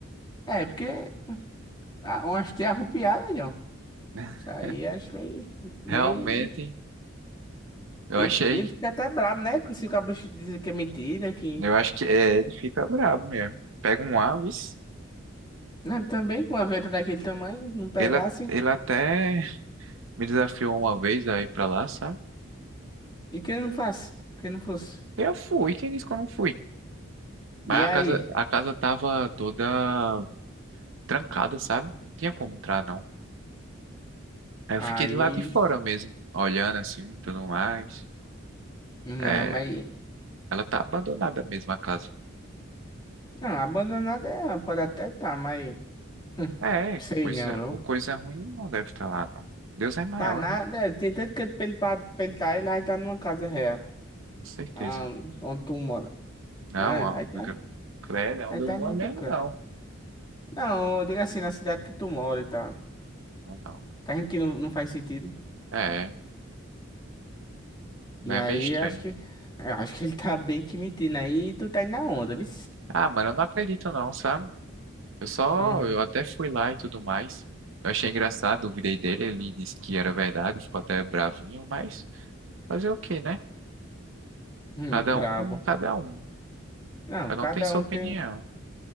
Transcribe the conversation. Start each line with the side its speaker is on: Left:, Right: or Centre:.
Left: É, porque a- umas teias arrupiadas, John.
Right: <laughs>
Left: Isso aí acho meio. meio...
Right: Realmente, eu
Left: Ele,
Right: achei.
Left: fica- ele fica até brabo, né? Se o cabo dizer que é mentira, que.
Right: Eu acho que é, ele fica bravo mesmo. Pega um Aves.
Left: Não, também com uma venda daquele tamanho, não pegasse.
Right: Ele, ele até me desafiou uma vez a ir pra lá, sabe?
Left: E que ele não faça, que ele não fosse.
Right: Eu fui, quem disse que eu não fui? Mas
Left: E aí?
Right: a casa, a casa tava toda trancada, sabe? Não tinha como entrar, não. Aí
Left: Aí.
Right: eu fiquei do lado de fora mesmo, olhando assim, tudo mais.
Left: Não,
Right: É,
Left: mas.
Right: Ela tá abandonada mesmo, a casa.
Left: Não, abandonada é, pode até tá, mas <laughs>
Right: É,
Left: sei
Right: coisa,
Left: não, viu?
Right: o coisa ruim não deve estar lá, não. Deus é maior,
Left: Tá nada,
Right: né?
Left: é, tem tanto que pra ele, pra, pra ele tá, ele aí tá numa casa real,
Right: Com certeza.
Left: ah, onde tu mora,
Right: Não,
Left: né?
Right: ó.
Left: Aí tá,
Right: Credo,
Left: aí
Right: onde
Left: tá
Right: eu moro
Left: no
Right: mesmo,
Left: Tucano.
Right: não.
Left: Não, eu digo assim, na cidade que tu mora e tal.
Right: Não, não.
Left: Tá vendo que não, não faz sentido?
Right: É,
Left: E
Right: é
Left: aí,
Right: meio estranho.
Left: acho que, eu acho que ele tá bem que mentindo aí, e tu tá indo na onda, viu?
Right: Ah, mano, eu não acredito não, sabe? Eu só,
Left: Uhum,
Right: eu até fui lá e tudo mais. Eu achei engraçado, duvidei dele, ele disse que era verdade, ficou até bravinho, mas fazer o quê, né?
Left: hum,
Right: Cada
Left: brabo.
Right: um com cada um.
Left: Não,
Right: Cada
Left: cada
Right: um tem sua
Left: um
Right: opinião.
Left: tem,